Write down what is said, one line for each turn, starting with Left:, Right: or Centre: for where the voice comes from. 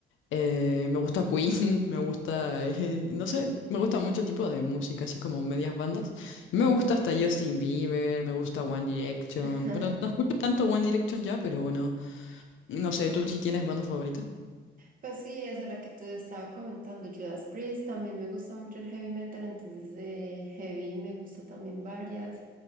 Left: eh, me gusta Queen, <laughs> me gusta, eh, no sé, me gusta mucho tipo de música, así como medias bandas. Me
Right: Ajá.
Left: gusta hasta Justin Bieber, me gusta One Direction.
Right: <laughs>
Left: Bueno, no escucho tanto One Direction ya, pero bueno, no sé, ¿tú sí tienes banda favorita?
Right: Pues sí, esa es la que te estaba comentando, Judas Priest, también me gusta mucho el heavy metal, entonces de heavy me gusta también varias.